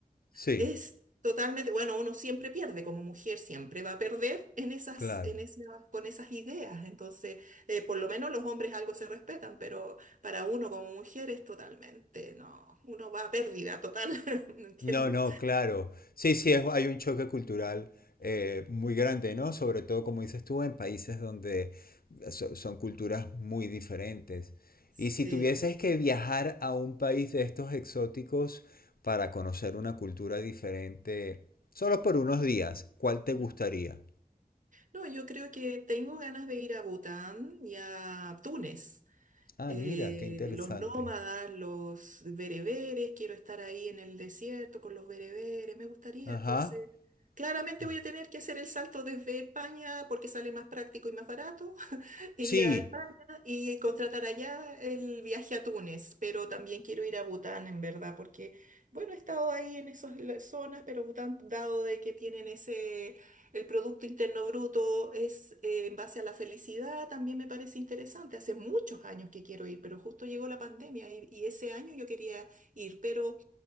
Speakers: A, on the left (about 85°); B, on the right (about 60°).
A: sí,
B: Es totalmente, bueno, uno siempre pierde, como mujer siempre va a perder en esas,
A: claro.
B: en esas, con esas ideas. Entonces, eh, por lo menos los hombres algo se respetan, pero para uno como mujer es totalmente, no, uno va a pérdida total, <laughs> ¿me entiendes?
A: No, no, claro. Sí, sí, es- hay un choque cultural eh, muy grande, ¿no? Sobre todo, como dices tú, en países donde so- son culturas muy diferentes.
B: Sí.
A: Y si tuvieses que viajar a un país de estos exóticos para conocer una cultura diferente, solo por unos días, ¿cuál te gustaría?
B: Mm. No, yo creo que tengo ganas de ir a Bután y a Túnez.
A: Ah,
B: eh,
A: mira, qué interesante.
B: los nómadas, los bereberes, quiero estar ahí en el desierto con los bereberes, me gustaría.
A: Ajá.
B: Entonces, claramente
A: Ah,
B: voy a tener que hacer el salto desde España porque sale más práctico y más barato ir
A: Sí,
B: a España y contratar allá el viaje a Túnez, pero también quiero ir a Bután, en verdad, porque, bueno, he estado ahí en esas la- zonas, pero Bután, dado de que tienen ese, el Producto Interno Bruto es eh, en base a la felicidad, también me parece interesante. Hace muchos años que quiero ir, pero justo llegó la pandemia y, y ese año yo quería ir, pero